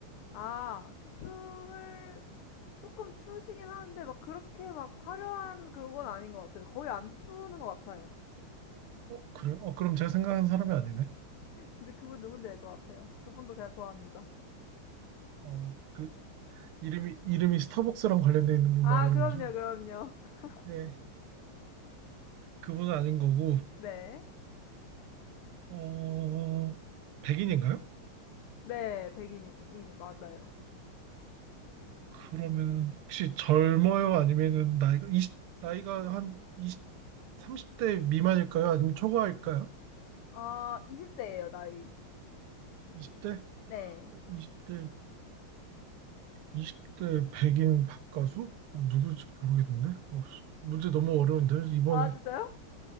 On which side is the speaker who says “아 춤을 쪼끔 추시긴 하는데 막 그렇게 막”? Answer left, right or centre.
Left